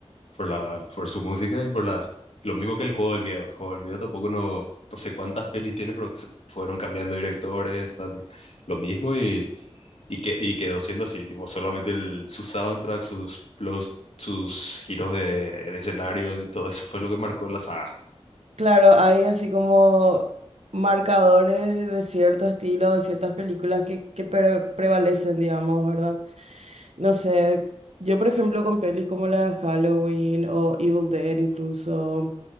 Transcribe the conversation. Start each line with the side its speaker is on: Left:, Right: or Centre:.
Left: por la, por su música y por la, lo mismo que el juego del miedo. El juego del miedo tampoco no, no sé cuántas pelis tiene, pero se- fueron cambiando directores, tal, lo mismo y, y, que, y quedó siendo así, tipo, solamente el, sus soundtracks, sus, los, sus giros de, de escenario y todo eso fue lo que marcó la saga.
Right: Claro, hay así como marcadores de cierto estilo, de ciertas películas que, que pre- prevalecen, digamos, ¿verdad? No sé, yo por ejemplo con pelis como la de Halloween o Evil Dead incluso,